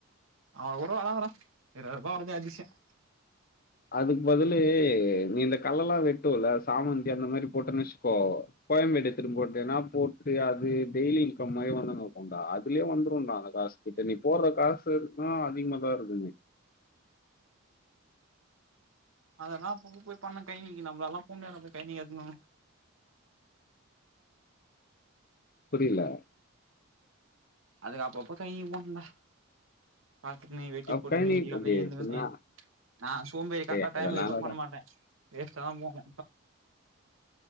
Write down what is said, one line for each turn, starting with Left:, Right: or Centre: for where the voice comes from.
Right: அவ்ரோ வராதுடா இரவது ரூபா வரதே அதிஷயம்
Left: அதுக்கு பதிலு நீ இந்த களல்லா வெட்டுவல்ல சாமந்தி அந்த மாரி போட்டன் வச்சுக்கோ கோயம்பேடு எத்துட்டு போட்டேன்னா போட்டு அது டெய்லி இன்கம் மாரி வந்துனுருக்கண்டா அதுலயே வந்துருண்டா அந்த காசு இப்ப நீ போட்ற காசுதா அதிகமா தா இருக்குமே
Right: அதெல்லா அப்பப்ப போய் பன்னு‌ கயனிக்கி நம்பளாளலா போ முடியாதுண்ணா கயணிக்கி <unintelligible>
Left: புரியில
Right: அதுக்கு அப்பப்போ கழணிக்கி போனுண்டா பாத்துக்கிணு வெட்டி
Left: அப்ப
Right: போட்டுக்கிணு
Left: நீ
Right: விடியகாலல
Left: டேய்
Right: எழுந்துக்குனு
Left: என்ன
Right: நா சோம்பேறி கரெக்டா
Left: டேய்
Right: டைம்கு
Left: அதெல்லாம்
Right: எதும்
Left: இல்லடா
Right: பண்ண மாட்ட வேஸ்ட்டா தா போகு